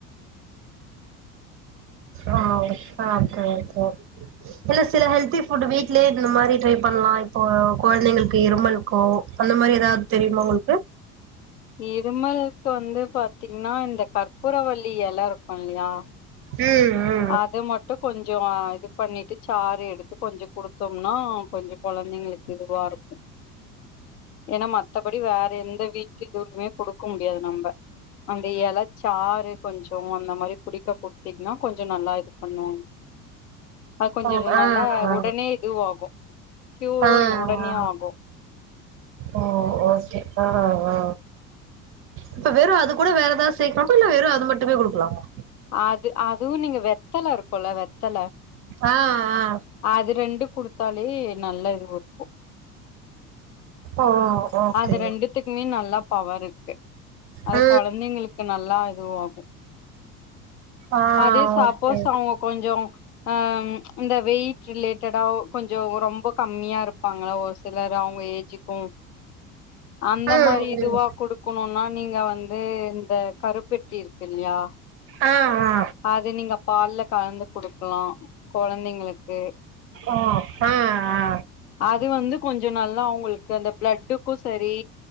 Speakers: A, on the right; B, on the left.
A: அ ஓகே ஓகே ஓகே இல்ல சில ஹெல்த்தி ஃபுட்டு வீட்லயே இந்த மாரி ட்ரை பண்லா இப்போ கொழந்தைங்களுக்கு இருமல்க்கு அந்த மாரி எதாத் தெரியுமா உங்களுக்கு
B: இருமல்க் வந்து பாத்தீங்ன்னா இந்த கற்பூரவள்ளி எல இருக்கு இல்லயா
A: ம் ம்
B: அது மட்டு கொஞ்சோ இது பண்ணிட்டு சாறு எடுத்து கொஞ்சோ குடுத்தம்னா கொஞ்சோ கொழந்தைங்களுக்கு இதுவா இருக்கு ஏனா ம த்தபடி வேற எந்த வீட்டு இதுவ்மே குடுக்க முடியாது நம்ப அந்த எலச்சாறு கொஞ்சோ அந்த மாரி குடிக்க குடுத்தீங்ன்னா கொஞ்சோ நல்லா இது பண்ணு அது கொஞ்சோ
A: ஓ ஆ
B: நல்லா
A: ஆ
B: உடனே இதுவாகு க்யூரு
A: ஆ
B: என் உடனே
A: ஆ
B: ஆகு
A: ஓ ஓ சேர் ஆ ஆ இப்ப வெறு அது கூட வேற எதாத் சேக்லாமா இல்ல வெறு அது மட்டுமே குடுக்கலாமா
B: அது அதுவு நீங்க வெத்தல இருக்குல்ல வெத்தல
A: ஆ ஆ
B: அது ரெண்டு குடுத்தாலே நல்ல இது குடுக்கு
A: ஓ ஓகே
B: அது ரெண்டுத்துக்மே நல்லா பவர் இர்க்கு அது
A: ஆ
B: கொழந்தைங்களுக்கு நல்லா இதுவாகு
A: ஆ
B: அதே சப்போஸ்
A: ஓகே
B: அவ்ங்க கொஞ்சோ ஆ இந்த வெயிட் ரிலேட்டடா கொஞ்சோ ரொம் ப கம்மியா இருப்பாங்கல்ல ஒரு சிலரு அவ்ங்க ஏஜுக்கு அந்த
A: ஆ
B: மாரி இதுவா
A: ம்
B: குடுக்கணுன்னா நீங்க வந்து இந்த கருப்பட்டி இருக்கில்லயா
A: ஆ ஆ
B: அது நீங்க பால்ல கலந்து குடுக்கலா கொழந்தைங்ளுக்கு
A: ஓ ஆ ஆ
B: அது வந்து கொஞ்சோ நல்லா அவுங்கள்க்கு அந்த ப்ளட்டுக்கு செரி